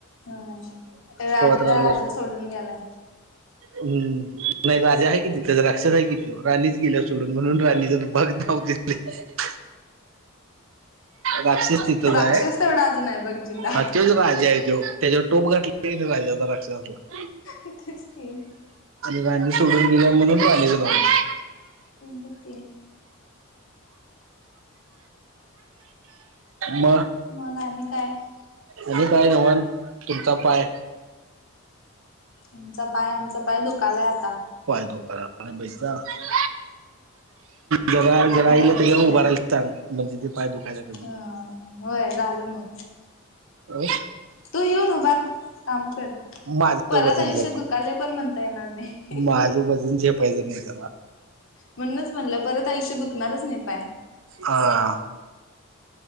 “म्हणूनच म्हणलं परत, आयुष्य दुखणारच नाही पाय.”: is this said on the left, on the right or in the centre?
Left